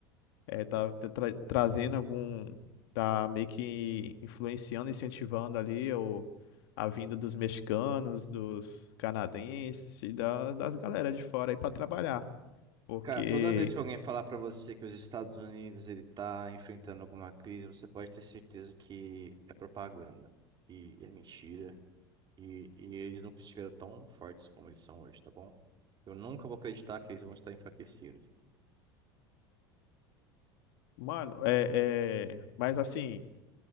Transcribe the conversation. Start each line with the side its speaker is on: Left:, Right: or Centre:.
Left: É, tá tá tra- trazendo algum, tá meio que influenciando, incentivando ali o, a vinda dos mexicanos, dos canadenses e da, das galera de fora aí para trabalhar. Porque,
Right: Cara, toda vez que alguém falar pra você que os Estados Unidos ele tá enfrentando alguma crise, você pode ter certeza que é propaganda e é mentira. E, e eles nunca estiveram tão fortes como eles são hoje, tá bom? Eu nunca vou acreditar que eles vão estar enfraquecidos.
Left: mano, é, é, mas assim,